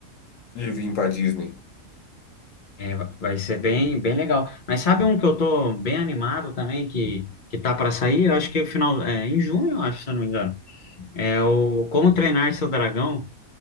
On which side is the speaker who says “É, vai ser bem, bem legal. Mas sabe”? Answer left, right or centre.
Left